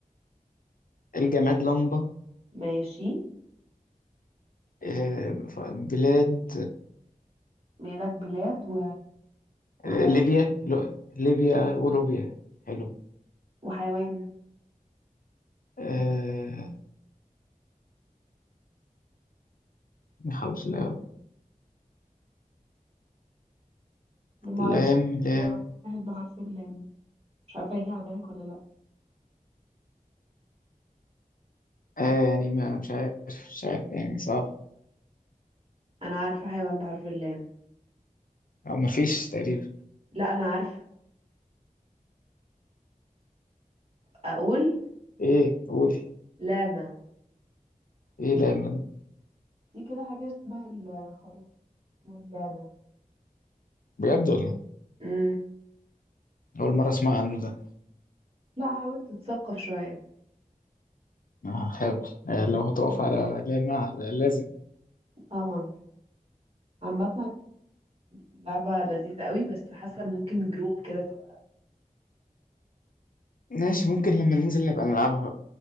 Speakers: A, on the left (about 70°); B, on the right (about 40°).
A: الجماد لمبة
B: ماشي
A: آه، ف- بلاد
B: مالك بلاد و... وحي...
A: آه، ليبيا لو- ليبيا ولوبيا حلو
B: وحيوان
A: آه، نحاول لا-
B: ما
A: لام
B: اعرفش أكتب
A: لام
B: حيوان واحد بحرف اللام مش عارفه هيجي على بالك ولا لا
A: آه يعني ما مش عارف مش عارف يعني صعب
B: انا عارفه حيوان بحرف اللام
A: أو ما فيش تقريبا
B: لا انا عارفه اقول
A: إيه قولي
B: لاما
A: إيه لام ده
B: دي كده حاجه شبه الخروف واللاما
A: بجد ولا
B: امم
A: أول مرة أسمع عنه ده
B: لا حاولت اتثقف شويه
A: آه، هحاول آه لو هتقف على لام لازم
B: طبعا عامه لعبة لذيذة قوي بس حاسة ممكن جروب كده تبقى
A: ماشي ممكن لما ننزل نبقى نلعبها بقى